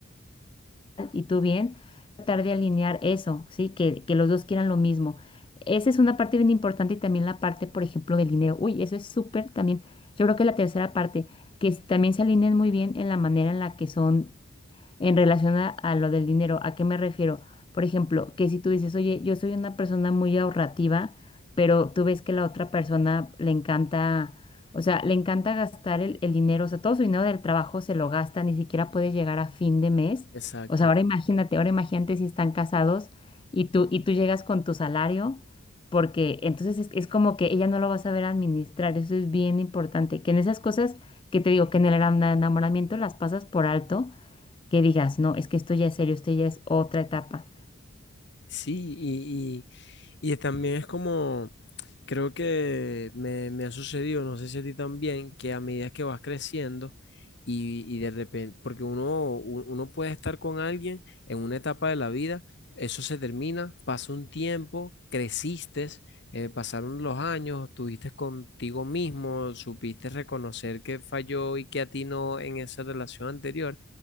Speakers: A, on the left; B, on the left.
A: y tú bien, tratar de alinear eso, ¿sí? Que, que los dos quieran lo mismo. Esa es una parte bien importante y también la parte, por ejemplo, del dinero. Uy, eso es súper también. Yo creo que la tercera parte, que s- también se alineen muy bien en la manera en la que son en relación a, a lo del dinero. ¿A qué me refiero? Por ejemplo, que si tú dices, oye, yo soy una persona muy ahorrativa, pero tú ves que la otra persona le encanta, o sea, le encanta gastar el, el dinero, o sea, todo su dinero del trabajo se lo gasta, ni siquiera puede llegar a fin de mes.
B: Exacto.
A: O sea, ahora imagínate, ahora imagínate si están casados y tú, y tú llegas con tu salario, porque entonces es, es como que ella no lo va a saber administrar, eso es bien importante, que en esas cosas que te digo, que en el enamoramiento las pasas por alto que digas, no, es que esto ya es serio, esto ya es otra etapa.
B: Sí, y, y, y también es como, creo que me, me ha sucedido, no sé si a ti también, que a medida que vas creciendo y, y de repente, porque uno, u- uno puede estar con alguien en una etapa de la vida, eso se termina, pasa un tiempo, creciste, eh, pasaron los años, estuviste contigo mismo, supiste reconocer que falló y que atinó en esa relación anterior,